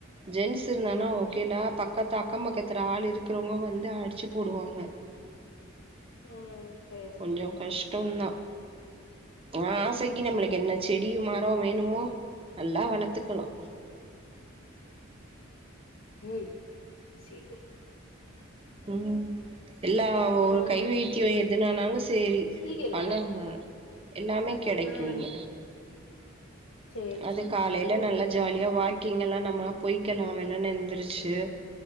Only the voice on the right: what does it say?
ஜென்ஸ் இருந்தன்னா
ஓகேல்ல பக்கத்து அக்கம் பக்கத்துல ஆள் இருக்கறவங்க வந்து அடிச்சி போடுவாங்க
கொஞ்ச
கஷ்டம்தா
ஆ ஆசைக்கு நம்மளுக்கு என்ன செடியு மர வேணுமோ நல்லா வளக் த்துக்கலா
ம் எல்லா ஒரு
கைவைத்திய எதுனானாலு சேரி
பண்ணணுங்க எல்லாமே கெடைக்கு
இங்க
அது
காலைல
நல்லா ஜாலியா வாக்கிங் எல்லா நம்ம பொய்கலாம்ல நந்துருச்சு